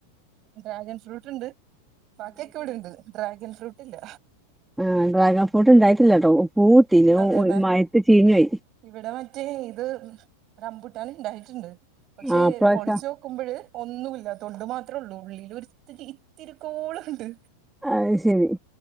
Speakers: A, on the right (about 35°); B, in the centre.
A: ഡ്രാഗൻ ഫ്രൂട്ട്ണ്ട് ബാക്കിയൊക്കെ ഇവിടെണ്ട് ഡ്രാഗൻ ഫ്രൂട്ട് ഇല്ല.
B: ആഹ് ഡ്രാഗൺ ഫ്രൂട്ട് ഇണ്ടായ്ട്ട്ല്ലട്ടോ പൂവ് ഇട്ടീനി അഹ്
A: അതെ
B: ഉ മയയത്ത് ചീഞ്ഞുപോയി
A: ഇവിടെ മറ്റേ ഇത് റംബൂട്ടാന് ഇണ്ടായ്ട്ട്ണ്ട് പക്ഷേ
B: ആ ഇപ്രാവശ്യം
A: പൊളിച്ചോ- ക്കുമ്പോഴ് ഒന്നുല്ല തൊണ്ട് മാത്രുള്ളൂ ഉള്ളിൽ ഒരിത്തിരി ഇത്തിരിക്കോളുണ്ട്.
B: അത് ശരി